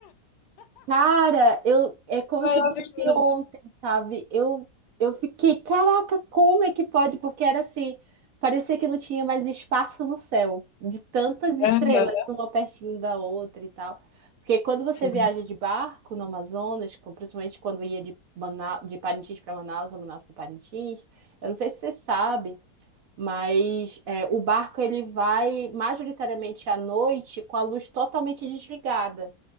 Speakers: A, on the right; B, on the left.
A: Cara, eu é como
B: Maravilhoso.
A: se fosse ontem, sabe? Eu eu fiquei, caraca, como é que pode? Porque era assim, parecia que não tinha mais espaço no céu, de tantas estrelas,
B: Aham,
A: uma pertinho da outra e tal. Porque quando você
B: sim.
A: viaja de barco no Amazonas, com- principalmente quando ia de Mana- de Parintins para Manaus, ou Manaus para Parintins, eu não sei se você sabe, mas é, o barco ele vai majoritariamente à noite com a luz totalmente desligada.